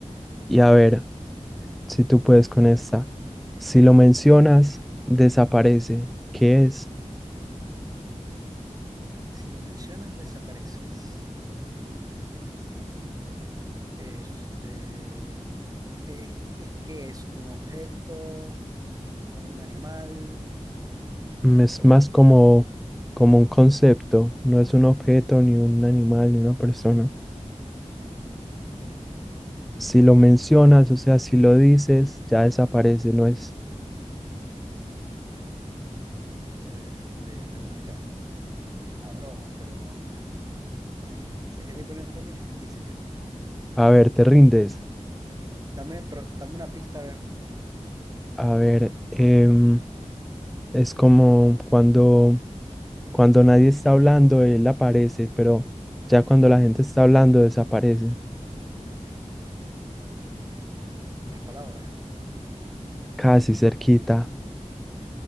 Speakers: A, in the centre; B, on the right.
A: Y a ver. Si tú puedes con esta. Si lo mencionas, desaparece. ¿Qué es?
B: Si lo mencionas, desapareces. Este, es, es que es un objeto, un animal,
A: Mm, Es más como, como un concepto, no es un objeto, ni un animal, ni una persona. Si lo mencionas, o sea, si lo dices, ya desaparece, no es,
B: este, está complicado. La broma, pero <laughs> sé que estoy poniendo tan difíciles.
A: a ver, te rindes.
B: Dame, pero dame una pista a ver
A: A ver, em, es como cuando, cuando nadie está hablando, él aparece, pero ya cuando la gente está hablando, desaparece,
B: las palabras.
A: casi cerquita.